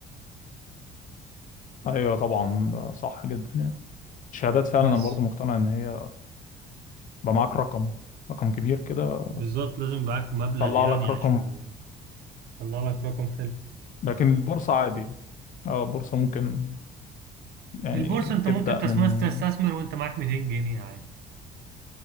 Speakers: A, on the left (about 50°); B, on the right (about 70°).
A: ايوه طبعا ده صح جدا يعني الشهادات فعلا
B: بس
A: انا برضو مقتنع ان هي بقى معاك رقم رقم كبير كده
B: بالظبط لازم معاك مبلغ
A: طلع
B: يعني
A: لك
B: عشان
A: رقم
B: طلع لك رقم حلو
A: لكن البورصة عادي اه البورصة ممكن يعني
B: البورصة انت
A: تبدأ
B: ممكن تسمس-
A: من
B: تستثمر وانت معاك 200 جنيه عادي